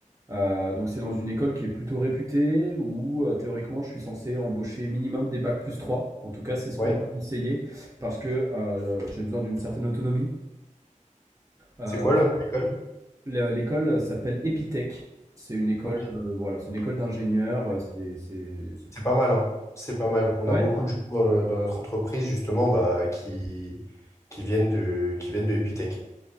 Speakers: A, on the right; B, on the left.
A: Euh, donc, c'est dans une école qui est plutôt réputée où euh, théoriquement, je suis censé embaucher minimum des bacs plus 3. En tout cas, c'est ce
B: Ouais.
A: qu'on m'a conseillé parce que euh, euh, j'ai besoin d'une certaine autonomie. Euh,
B: C'est quoi le nom de l'école?
A: Le- L'école euh, s'appelle Epitech. C'est une école,
B: Ok.
A: euh, voilà, c'est une école d'ingénieurs. euh,
B: ouais.
A: C'est, c'est, c'est
B: C'est
A: plutôt.
B: pas mal, hein. C'est pas mal. On
A: Ah
B: a
A: ouais?
B: beaucoup de gens dans, le- dans notre entreprise, justement, bah, qui, qui viennent de, qui viennent de Epitech.